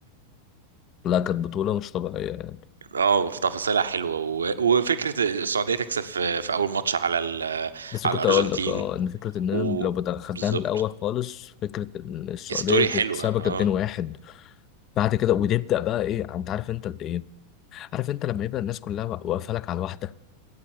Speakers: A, on the left; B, on the right.
A: لا كانت بطوله مش طبيعيه يعني.
B: اه في تفاصيلها حلوه و... وفكره السعوديه تكسب في, في اول ماتش على ال...
A: بس
B: على
A: كنت
B: الارجنتين
A: اقول لك اه ان فكره اننا
B: و
A: لو بدأ- خدناها
B: بالظبط
A: من الاول خالص فكره ان السعوديه
B: ستوري
A: تكسبك
B: حلوه
A: 2-1
B: اه
A: بعد كده وتبدا بقى ايه انت عارف انت قد ايه عارف انت لما يبقى الناس كلها واقفه لك على الواحده